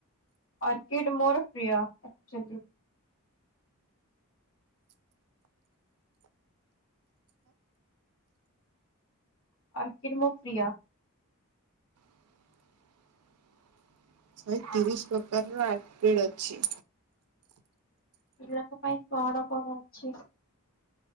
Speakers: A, on the left; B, on the right.
A: ଆର୍କିଟ ମୋର ପ୍ରିୟ ଆକ୍ଚୁଲି। ଆର୍କିଟ ମୋର ପ୍ରିୟ।
B: <inaudible> ଆଉ ତିରିଶ ପ୍ରକାରର ଅର୍କେଡ଼୍ ଅଛି।
A: ପିଲାଙ୍କ ପାଇଁ କଣ କଣ ଅଛି?